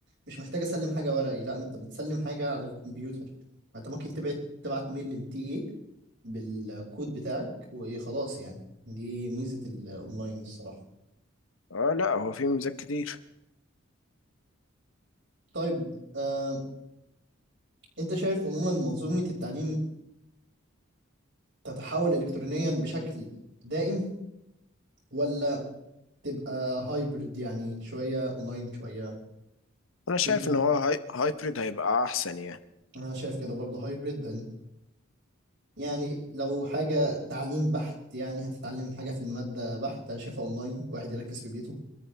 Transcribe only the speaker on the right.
مش محتاج اسلم حاجه ورقي لا انت بتسلم حاجه على الكمبيوتر انت ممكن تبعت تبعت ميل للتي اي بالكود بتاعك وايه خلاص يعني دي ميزه الاونلاين الصراحه
طيب آه، انت شايف عموما منظومه التعليم تتحول الكترونيا بشكل دائم ولا تبقى هايبرد يعني شويه اونلاين شويه
تنزل
انا شايف كده برضه هايبرد يعني لو حاجة تعليم بحت يعني هتتعلم حاجة في المادة بحتة شايفها أونلاين واحد يركز في بيته